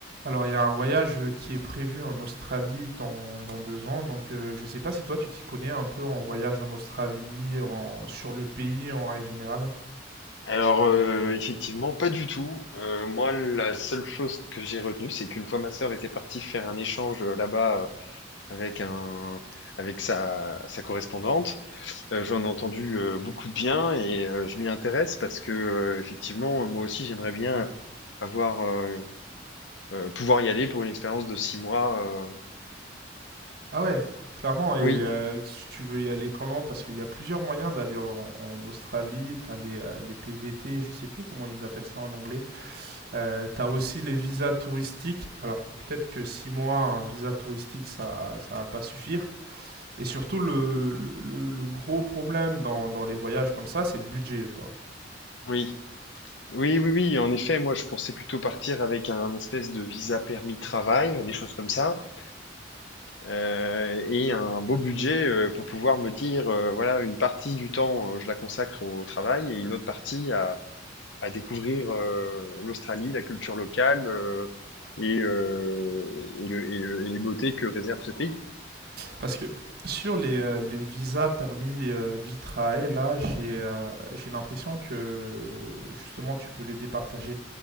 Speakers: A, on the right (about 55°); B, on the left (about 70°).
A: Alors, il y a un voyage euh, qui est prévu en Australie dans, dans deux ans, donc euh, je sais pas si toi tu t'y connais un peu en voyage en Australie, en, sur le pays en règle générale.
B: Alors, euh, effectivement, pas du tout. Euh, moi, la seule chose que j'ai retenue, c'est qu'une fois ma sœur était partie faire un échange euh, là-bas euh, avec un, avec sa, sa correspondante, euh, j'en ai entendu euh, beaucoup de bien et euh, je m'y intéresse parce que, euh, effectivement, moi aussi, j'aimerais bien avoir, euh, euh, pouvoir y aller pour une expérience de six mois. euh.
A: Ah ouais, clairement, et
B: Oui,
A: euh, tu tu veux y aller comment? Parce qu'il y a plusieurs moyens d'aller en, en Australie, t'as les, euh, les PVT, je sais plus comment ils appellent ça en anglais, euh, t'as aussi les visas touristiques. Alors, peut-être que six mois, un visa touristique, ça, ça va pas suffire. Et surtout, le, le, le- le gros problème dans, dans les voyages comme ça, c'est le budget, quoi.
B: oui. Oui, oui, oui, en effet, moi je pensais plutôt partir avec un espèce de visa permis travail, des choses comme ça. euh, et un beau budget euh, pour pouvoir me dire, euh, voilà, une partie du temps, euh, je la consacre au travail et une autre partie à, à découvrir euh, l'Australie, la culture locale euh, et, euh, et, le- et le- et les beautés que réserve ce pays.
A: Parce que sur les, euh, les visas permis euh, vie-travail, là, j'ai euh, j'ai l'impression que, justement, tu peux les départager.